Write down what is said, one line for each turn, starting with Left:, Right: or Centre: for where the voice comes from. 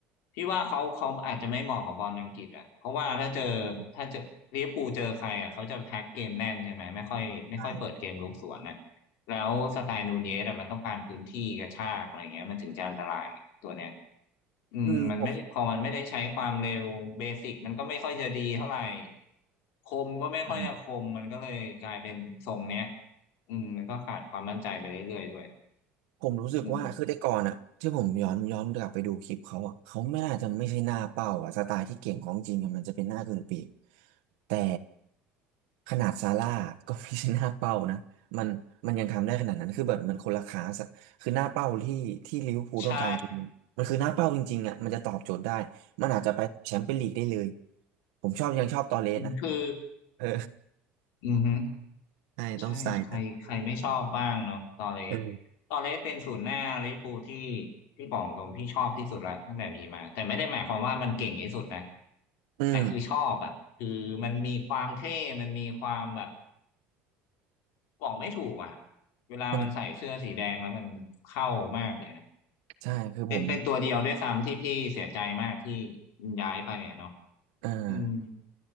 Left: พี่ว่าเขาเขาอาจจะไม่เหมาะกับบอลอังกฤษอ่ะเพราะว่าถ้าเจอ
Right: อืม
Left: ถ้าเจอลิเวอร์พูลเจอใครอ่ะเขาจะแพ็คเกมแน่นใช่ไหมไม่ค่อยไม่ค่อยเปิดเกมลุกสวนนะ
Right: ใช่
Left: แล้วสไตล์นูนเยสอ่ะมันต้องการพื้นที่กระชากอะไรเงี้ยมันถึงจะอันตรายตัวเนี้ย อืมมันไม่ได้พอมันไม่ได้ใช้ความเร็วเบสิกมันก็ไม่ค่อยจะดีเท่าไหร่
Right: อืมผม
Left: คมก็ไม่ค่อยจะคมมันก็เลยกลายเป็นทรงเนี้ย
Right: อืม
Left: อืมมันก็ขาดความมั่นใจไปเรื่อยๆด้วย
Right: ผมรู้สึกว่าคือแต่ก่อนอะที่ผมย้อนย้อนกลับไปดูคลิปเขาอะเขาไม่น่าจะไม่ใช่หน้าเป้าอะสไตล์ที่เก่งของจริงอะมันจะเป็นหน้ากึ่งปีก
Left: อืม
Right: แต่ขนาดซาร่าก็ไม่ใช่หน้าเป้านะมันมันยังทำได้ขนาดนั้นคือแบบมันคนละคลาสอะคือหน้าเป้าที่ที่ลิเวอร์พูลต้องการคือมันคือหน้าเป้าจริงๆอะมันจะตอบโจทย์ได้มันอาจจะไปแชมเปี้ยนลีกได้เลย
Left: ใช่
Right: ผมชอบยังชอบตอเรสนะ
Left: อืมคือ
Right: เออ
Left: อือฮึ
Right: ใช่ต้องสไตล์นั้น
Left: ใช่ใครใครไม่ชอบบ้างเนาะตอเรสตอเรสเป็นศูนย์หน้าลิเวอร์พูลที่
Right: เออ
Left: ที่บอกตรงพี่ชอบที่สุดละตั้งแต่มีมาแต่ไม่ได้หมายความว่ามันเก่งที่สุดนะ
Right: อืม
Left: แต่คือชอบอ่ะคือมันมีความเท่มันมีความแบบ บอกไม่ถูกอ่ะเวลามันใส่เสื้อสีแดงแล้วมันเข้ามากเลยนะ
Right: มันใช่คือผม
Left: เป็นเป็นตัวเดียวด้วยซ้ำที่พี่เสียใจมากที่ย้ายไปอ่ะเนาะ
Right: อ่า
Left: อืม